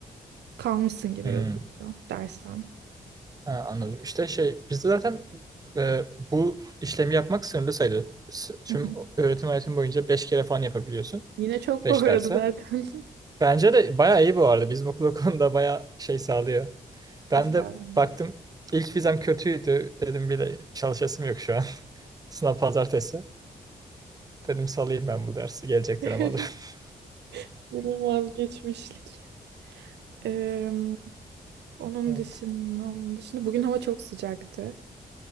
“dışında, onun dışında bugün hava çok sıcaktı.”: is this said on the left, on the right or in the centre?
Right